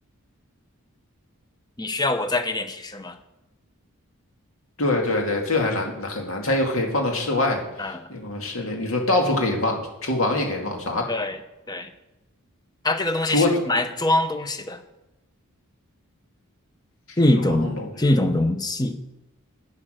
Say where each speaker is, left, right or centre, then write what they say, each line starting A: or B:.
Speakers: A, on the left; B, on the left.
A: 你需要我再给点提示吗？
B: 对对对，这个还难很难，它又可以放到室外，
A: 嗯，
B: 又可以放室内，你说到处可以放，厨房也可以放，啥
A: 对对，它这个东西是用来装东西的，
B: 桌子、
A: 是一种是一种容器。
B: 厨房东西、